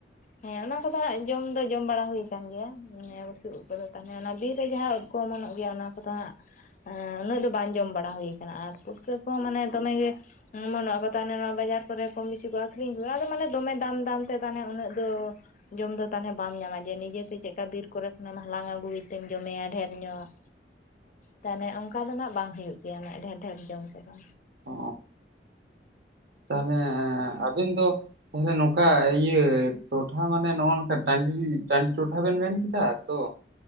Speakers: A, on the left (about 45°); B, on the right (about 60°).
A: ᱦᱮᱸ ᱚᱱᱟ ᱠᱚᱫᱚ ᱦᱟᱸᱜ ᱡᱚᱢ ᱫᱚ ᱡᱚᱢ ᱵᱟᱲᱟ ᱦᱩᱭ ᱠᱟᱱ ᱜᱮᱭᱟ ᱱᱤᱭᱟᱹ ᱵᱩᱥᱩᱵ ᱩᱫ ᱠᱚᱫᱚ ᱛᱟᱦᱚᱞᱮ ᱚᱱᱟ ᱵᱤᱨ ᱨᱮᱜᱮ ᱦᱟᱜ ᱩᱫ ᱠᱚ ᱚᱢᱚᱱᱚᱜ ᱜᱮᱭᱟ ᱚᱱᱟ ᱠᱚᱫᱚ ᱦᱟᱸᱜ ᱾ ᱟᱻ ᱩᱱᱟᱹᱜ ᱫᱚ ᱵᱟᱝ ᱡᱚᱢ ᱵᱟᱲᱟ ᱦᱩᱭ ᱠᱟᱱᱟ ᱟᱨ ᱯᱩᱴᱠᱟᱹ ᱠᱚ ᱢᱟᱱᱮ ᱫᱚᱢᱮ ᱜᱮ ᱚᱢᱚᱱᱚᱜ ᱟᱠᱚ ᱛᱟᱦᱚᱞᱮ ᱱᱚᱣᱟ ᱵᱟᱡᱟᱨ ᱠᱚᱨᱮ ᱠᱚᱢ ᱵᱤᱥᱤ ᱠᱚ ᱟᱹᱠᱷᱨᱤᱧ ᱜᱮᱭᱟ ᱟᱫᱚ ᱢᱟᱱᱮ ᱫᱚᱢᱮ ᱫᱟᱢ ᱫᱟᱢ ᱛᱮ ᱛᱟᱱᱮ ᱩᱱᱟᱹᱜ ᱫᱚ ᱡᱚᱢ ᱫᱚ ᱛᱟᱦᱞᱮ ᱵᱟᱢ ᱧᱟᱢᱟ ᱡᱮ ᱱᱤᱡᱮ ᱛᱮ ᱪᱮᱫ ᱞᱮᱠᱟ ᱵᱤᱨ- ᱠᱚᱨᱮ ᱠᱷᱚᱱᱟᱢ ᱦᱟᱞᱟᱝ ᱟᱹᱜᱩᱭ ᱛᱮᱢ ᱡᱚᱢᱮᱭᱟ ᱰᱷᱮᱨ ᱧᱚᱜ ᱛᱟᱦᱞᱮ ᱚᱝᱠ- ᱛᱟᱦᱞᱮ ᱢᱟ ᱵᱟᱝ ᱦᱩᱭᱩᱜ ᱜᱮᱭᱟ ᱩᱱᱟᱜ ᱰᱷᱮᱨ ᱰᱷᱮᱨ ᱡᱚᱢ ᱛᱮᱫᱚ᱾
B: ᱚ ᱛᱟᱦᱞᱮ ᱟᱵᱤᱱ ᱫᱚ- ᱛᱟᱦᱞᱮ ᱱᱚᱝᱠᱟ ᱤᱭᱟᱹ ᱴᱚᱴᱷᱟ ᱢᱟᱱᱮ ᱱᱚᱜ ᱚᱭ ᱱᱚᱝᱠᱟ ᱴᱟᱺᱰᱤ ᱴᱟᱺᱰᱤ ᱴᱚᱴᱷᱟ ᱵᱮᱱ ᱢᱮᱱ ᱠᱮᱫᱟ ᱛᱚ᱾